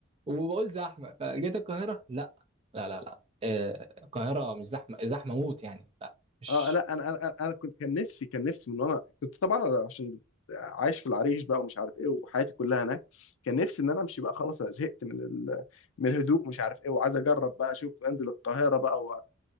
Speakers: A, on the right; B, on the left.
A: وبقول زحمة فجيت القاهرة لا لا لا لا آه، القاهرة مش زحمة زحمة موت يعني لا مش
B: اه لا انا انا انا كنت كان نفسي كان نفسي من وانا كنت طبعا أنا عشان عايش في العريش بقى ومش عارف ايه وحياتي كلها هناك كان نفسي ان انا امشي بقى خلاص انا زهقت من ال... من الهدوء مش عارف ايه وعايز اجرب بقى اشوف انزل القاهره بقى و...